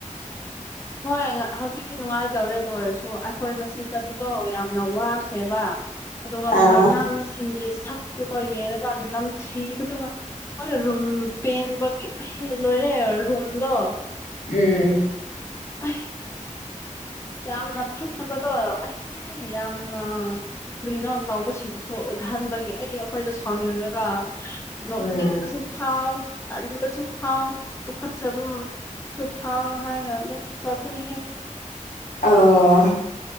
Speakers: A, on the left; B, on the left.
A: ꯎ
B: ꯍꯣꯏ ꯍꯧꯖꯤꯛꯇꯤ ꯅꯨꯡꯉꯥꯏꯇꯧꯔꯦꯗꯣ ꯑꯣꯏꯔꯁꯨ ꯑꯩꯈꯣꯏ ꯉꯁꯤ ꯆꯠꯄꯗꯣ ꯌꯥꯝꯅ ꯋꯥꯈ꯭ꯔꯦꯕ ꯑꯗꯨꯒ
A: ꯑꯥ
B: ꯃꯌꯥꯡꯁꯤꯡꯒꯤ ꯁꯛꯇꯨꯒ ꯌꯦꯡꯉꯒ ꯅꯝꯊꯤꯕꯗꯨꯒ ꯍꯣꯏ ꯔꯨꯝ ꯄꯦꯟꯕꯒꯤ ꯂꯣꯏꯔꯦ ꯔꯨꯝꯗꯣ
A: ꯎꯝ
B: ꯑ ꯌꯥꯝꯅ ꯐꯠꯇꯕꯗꯣ ꯑꯩ ꯌꯥꯝꯅ ꯀꯨꯏꯅ ꯇꯥꯎꯕꯁꯤꯡꯁꯨ ꯑꯍꯟꯕꯒꯤ ꯑꯩ ꯑꯩꯈꯣꯏꯗ ꯁꯥꯎꯅꯤꯡꯉꯒ ꯅꯣꯛꯅꯤꯡꯕꯁꯨ
A: ꯎꯝ
B: ꯐꯥꯎ ꯑꯟꯗꯁꯨ ꯐꯥꯎ ꯇ ꯀꯠ ꯆꯦꯕ ꯁ ꯐꯥꯎꯅ ꯍꯥꯏꯅ ꯑꯗꯨꯝ ꯆꯠꯄꯅꯤ ꯍꯦꯛ
A: ꯑꯣ